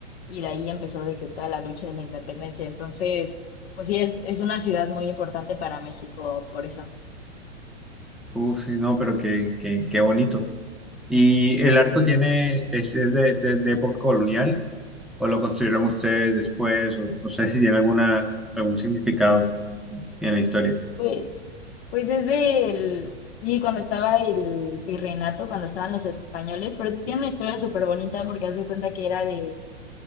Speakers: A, on the left; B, in the centre.
A: y de ahí empezó de que toda la lucha de la independencia. Entonces, pues sí, es, es una ciudad muy importante para México, por eso.
B: Uf, sí, no, pero qué, qué, qué bonito. Y el arco tiene, es, es de, de- de época colonial, o lo construyeron ustedes después, o no sé <laughs> si tiene alguna, algún significado en la historia.
A: Pues, pues desde el, sí, cuando estaba el virreinato, cuando estaban los españoles, pero tiene una historia súper bonita porque haz de cuenta que era de